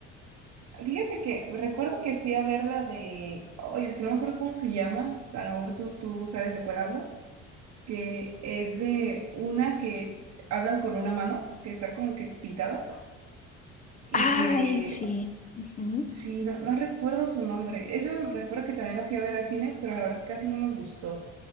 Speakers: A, on the right; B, on the left.
A: Fíjate que recuerdo que fui a ver la de. Oye, es que no me acuerdo cómo se llama. A lo mejor tú, tú sabes de cuál hablo. Que es de una que hablan con una mano, que está como que pintada. Y
B: Ay,
A: que.
B: sí. Ujú.
A: Sí, no, no recuerdo su nombre. Esa recuerdo que también la fui a ver al cine, pero la verdad casi no me gustó.